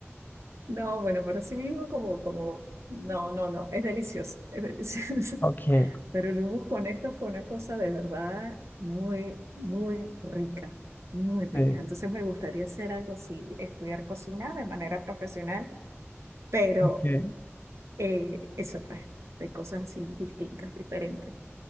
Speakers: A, on the right; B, on the left.
A: no, bueno, pero sí mismo como, como, no, no, no, es delicioso, es delicioso.
B: Ok,
A: Pero el humus con esto fue una cosa de verdad muy, muy rica, muy rica.
B: sí,
A: Entonces me gustaría hacer algo así, estudiar cocina de manera profesional, pero
B: ok,
A: eh, eso pues, de cosas así distintas, diferentes.